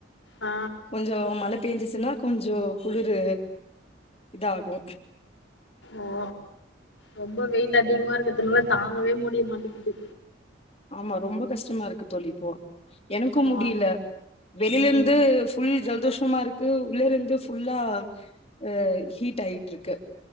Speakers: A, on the left; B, on the left.
A: ஆ
B: கொஞ்சொ மழ பேஞ்சுச்சுன்னா கொஞ்சோ குளிரு இதாகு
A: ஓ ரொம்ப வெயில் அதிகமா இருக்கற்துனால தாங்கவே முடிய மாட்டிக்கிது
B: ஆமா ரொம்ப கஷ்டமா இருக்கு தோழி இப்போ எனக்கும்
A: ஆ
B: முடியில வெளிலெந்து
A: ம்
B: ஃபுல் ஜல் தோஷமாருக்கு உள்ள இருந்து ஃபுல்லா அ ஹீட் ஆயிட்ருக்கு